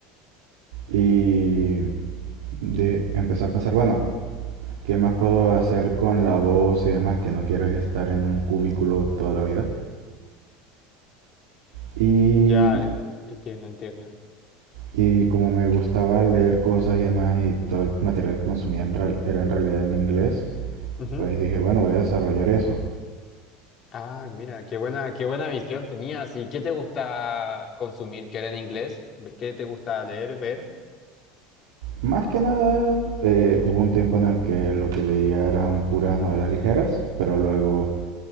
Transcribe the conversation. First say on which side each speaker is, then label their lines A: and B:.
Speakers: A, on the right (about 75°); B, on the left (about 45°).
A: Y dije- empecé a pensar, bueno, ¿qué más puedo hacer con la voz y demás? Que no quiero es estar en un cubículo toda la vida. Y
B: ya en- entiendo, entiendo.
A: Y como me gustaba leer cosas y demás, y todo el material que consumía en real- era en realidad en inglés,
B: Ujú.
A: pues dije, bueno, voy a desarrollar eso.
B: Ah, y mira, qué buena, qué buena visión tenías. ¿Y qué te gustaba consumir que era en inglés? ¿Qué te gustaba leer, ver?
A: Más que nada, eh, hubo un tiempo en el que lo que leía eran puras novelas ligeras, pero luego